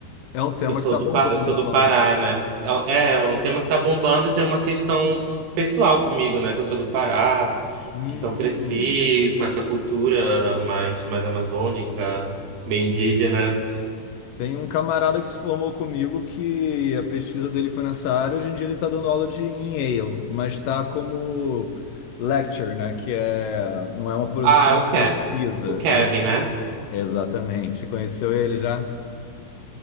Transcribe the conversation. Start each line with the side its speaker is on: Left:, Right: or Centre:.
Left: é um tema
Right: Eu sou
Left: que está
Right: do,
Left: bombando
Right: Pa- eu sou
Left: atualmente.
Right: do Pará, né? É, é é um tema que tá bombando e tem uma questão pessoal comigo, né, que eu sou do Pará.
Left: Hum.
Right: Então cresci com essa cultura mais, mais amazônica, meio indígena.
Left: Tem um camarada que se formou comigo que a pesquisa dele foi nessa área. Hoje em dia ele está dando aula de em Yale, mas está como lecture, né? Que é não é uma posição
Right: Ah, o,
Left: de
Right: Ke
Left: pesquisa,
Right: o Kevin,
Left: é uma... po-
Right: né?
Left: Exatamente. Conheceu ele já?